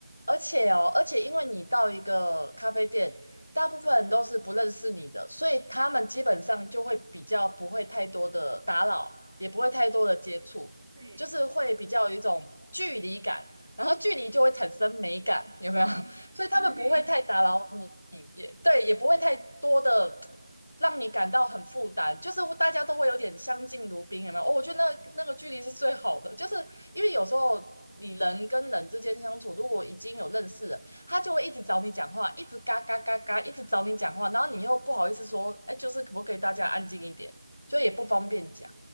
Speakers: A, on the left; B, on the right.
A: 而且哦，而且因为你到一个咖啡店，大部分人都是不认识你的，所以他们基本上就会比较不会太多的打扰，也不会太多的接触，
B: 对，
A: 就是会比较有一种距离感，然后距离就会产生美感，有没有？
B: 对
A: <laughs> 所以他们不会太打扰你，
B: <laughs> 对
A: 也对，也不会太多的让你感到很负担，就是大家都会有点相敬如宾，有没有哦，我觉得那那个距离是最好的，就是因为有时候你人跟人之间相处，如果已经有认识了，他就会一直找你讲话，一直嘎嘎嘎嘎，一直找你讲话，然后你又不好意思说，哎，就是可不可以大家安静一点，就也不方便讲。
B: 对